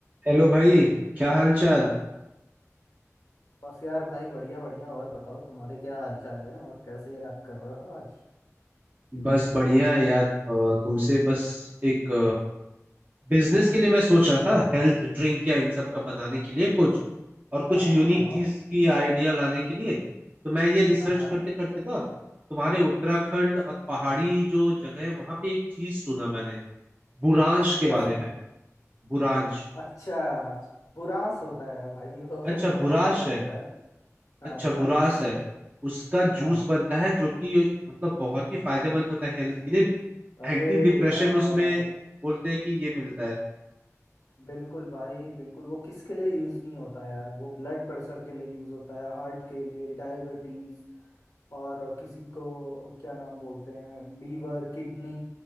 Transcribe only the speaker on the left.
बस यार भाई बढ़िया बढ़िया और बताओ तुम्हारे क्या हालचाल है और कैसे याद कर रहे हो आज
हाँ
हाँ बनाओ
हाँ हाँ
क्या
सुना
अच्छा अच्छा, बुरांस होता है भाई <laughs> वो
बुरांस
नहीं
होता है हाँ
बुरांस
हाँ
अरे
यार
बिल्कुल भाई बिल्कुल वो किसके लिए यूज नहीं होता यार वो ब्लड प्रेशर के लिए यूज होता है हार्ट के लिए डायबिटीज और किसी को क्या नाम बोलते हैं लीवर किडनी